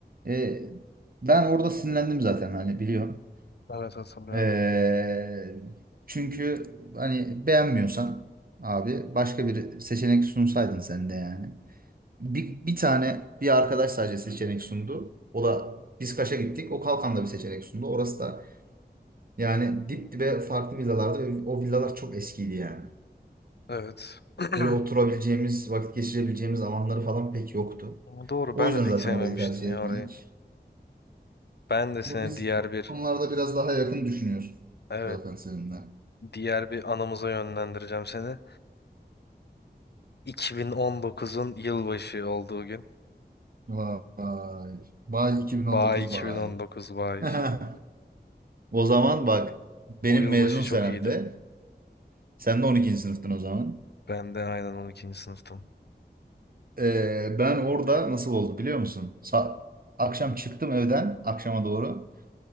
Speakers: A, on the right; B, on the left.
A: Ee, ben orada sinirlendim zaten hani biliyorum.
B: Evet hatırlıyorum.
A: Ee, çünkü hani beğenmiyorsan abi başka bir seçenek sunsaydın sen de yani. Bir, bir tane bir arkadaş sadece seçenek sundu. O da biz Kaş'a gittik. O Kalkan'da bir seçenek sundu. Orası da yani dip dibe farklı villalardı ve o villalar çok eskiydi yani.
B: Evet. <clears throat>
A: Böyle oturabileceğimiz, vakit geçirebileceğimiz alanları falan pek yoktu.
B: Ama Doğru
A: O
B: ben
A: yüzden
B: de pek
A: zaten
B: sevmemiştim
A: orayı tercih
B: ya
A: etmedik.
B: orayı. Ben de seni
A: Bu Biz
B: diğer bir
A: konularda biraz daha yakın düşünüyoruz
B: evet
A: zaten seninle.
B: diğer bir anımıza yönlendireceğim seni. 2019'un yılbaşı olduğu gün.
A: Vay. Bay 2019
B: Bay 2019
A: bay.
B: bay.
A: <laughs> O zaman
B: O,
A: bak benim
B: o yılbaşı
A: mezun senemde
B: çok iyiydi.
A: sen de on ikinci sınıftın o zaman.
B: Ben de aynen 12. sınıftım.
A: Ee, ben orada nasıl oldu biliyor musun? Sa- akşam çıktım evden akşama doğru.